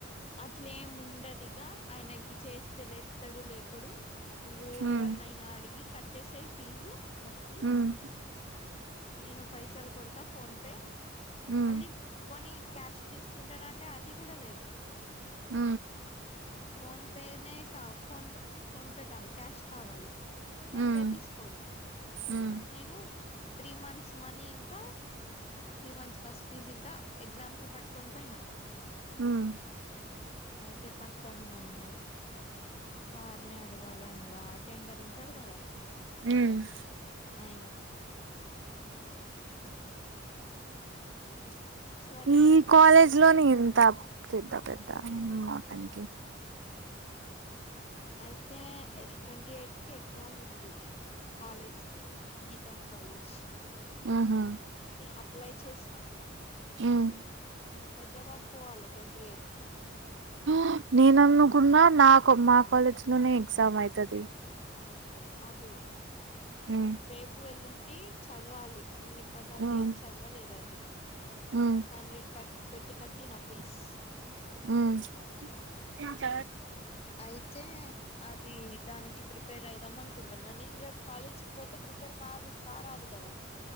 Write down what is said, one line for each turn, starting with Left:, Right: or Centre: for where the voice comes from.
Left: అట్లేం ఉండదిగా ఆయనకి చేస్తే లేపుతాడు లేపడు నువ్వు
Right: హ్మ్
Left: ఎవర్నైనా అడిగి కట్టేసయి ఫీజు బస్ ది
Right: హ్మ్
Left: నేను పైసాలు కొడత ఫోన్ పే
Right: హ్మ్
Left: మళ్ళీ పొని క్యాష్ తీసుకుంటాడు అంటే అది కూడా లేదు
Right: ఉ
Left: ఫోన్పేనే కా ఫోన్పే ఫోన్పే కాదు క్యాష్ కావాలి ఫోన్
Right: హ్మ్
Left: పే తీసుకోడు
Right: హ్మ్
Left: నేను త్రీ మంత్స్ మనీ ఇంకా త్రీ మంత్స్ బస్సు ఫీజ్ ఇంకా ఎగ్జామ్ ఫీ పట్టుకొని పోయినా
Right: హ్మ్
Left: అయితే కట్టను అన్నాడు సార్నే అడగాలి అన్నాడు ఆ అటెండర్ ఉంటాడు కదా
Right: ఉమ్
Left: ఆయన సరే
Right: ఈ కాలేజ్
Left: ట్వంటీ
Right: లోని ఎంత పెద్ద పెద్ద అతనికి
Left: అయితే ట్వంటీ ఎయిత్ కి ఎగ్జామ్ ఉంది కాలేజ్ది గీతం కాలేజ్
Right: ఉహూ
Left: ది అప్లై చేసిన
Right: హ్మ్
Left: హైదరాబాద్ పోవాలి ట్వంటీఎయిట్కి
Right: ఆ నేనుఅనుకున్న నాక్ మా కాలేజ్ లోనే ఎగ్జామ్ అయితది
Left: కాదు
Right: హ్మ్
Left: రేపు వెల్లుండి చదవాలి నేను ఇప్పటి దాక
Right: హ్మ్
Left: ఏం చదవలేదు అది
Right: ఉమ్
Left: సిక్స్ హండ్రెడ్ కట్ పెట్టి కట్టిన ఫీజ్
Right: ఉమ్
Left: అయితే అది దానికి ప్రిపేర్ అయిదాం అనుకుంటున్నా నేను రేపు కాలేజ్ కి పోతే పర్ కాదు కారాదు కదా